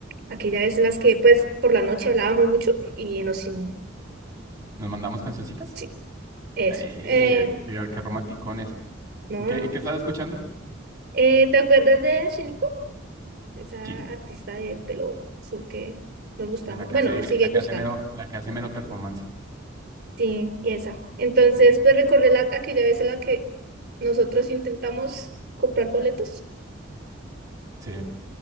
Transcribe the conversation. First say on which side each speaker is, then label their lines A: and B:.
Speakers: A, on the right; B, on the right.
A: aquella vez en las que pues por la noche hablábamos mucho y nos... in-
B: ¿Nos mandamos cancioncitas?
A: Sí, eso.
B: Eh,
A: Eh,
B: qué, qué romanticones.
A: no,
B: ¿Qué,
A: no.
B: qué estás escuchando?
A: Eh, ¿te acuerdas de Shiniko? Esa
B: Sí,
A: artista de pelo azul que nos gustaba.
B: de la
A: mu-
B: que
A: Bueno,
B: hace,
A: nos sigue
B: la que
A: gustando.
B: hace mero, la que hace mero performance.
A: Sí, esa. Entonces, pues recordé la, aquella vez en la que nosotros intentamos comprar boletos
B: Sí,